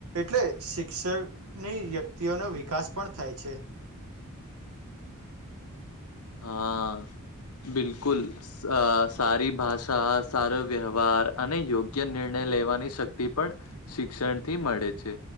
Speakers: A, on the right (about 80°); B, on the left (about 80°).
A: એટલે શિક્ષકની વ્યક્તિઓનો વિકાસ પણ થાય છે.
B: હા બિલકુલ સ સારી ભાષા સારો વ્યવહાર અને યોગ્ય નિર્ણય લેવાની શક્તિ પણ શિક્ષણથી મળે છે